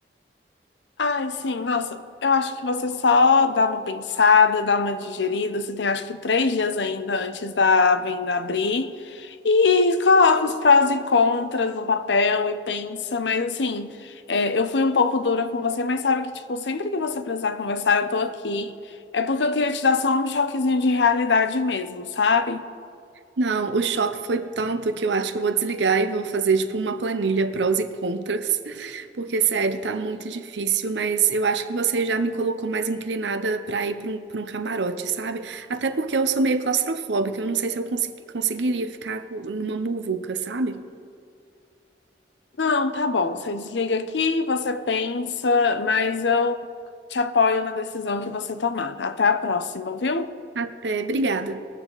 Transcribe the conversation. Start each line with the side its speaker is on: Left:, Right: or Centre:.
Left: Ai, sim, nossa, eu acho que você só dá uma pensada, dá uma digerida. Você tem acho que três dias ainda antes da venda abrir. E coloca os prós e contras no papel e pensa, mas assim, é, eu fui um pouco dura com você, mas sabe que, tipo, sempre que você precisar conversar, eu tô aqui. É porque eu queria te dar só um choquezinho de realidade mesmo, sabe?
Right: Não, o choque foi tanto que eu acho que eu vou desligar e vou fazer tipo uma planilha prós e contras, <laughs> porque sério, tá muito difícil, mas eu acho que você já me colocou mais inclinada pra ir pra um, pra um camarote, sabe? Até porque eu sou meio claustrofóbica, eu não sei se eu consegui- conseguiria ficar numa muvuca, sabe?
Left: Não, tá bom, você desliga aqui, você pensa, mas eu te apoio na decisão que você tomar. Até a próxima, viu?
Right: Até, obrigada.